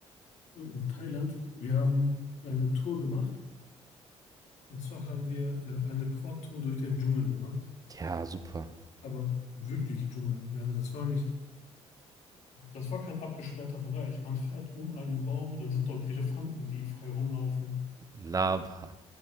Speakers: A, on the left; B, on the right.
A: In Thailand, wir haben eine Tour gemacht. Und zwar haben wir äh, eine Quad-Tour durch den Dschungel gemacht.
B: Ja, super.
A: Aber wirklich Dschungel. Ja, ne, das war nicht, das war kein abgesperrter Bereich. Man fährt um einen Baum, dann sind dort Elefanten, die frei rumlaufen.
B: Lava.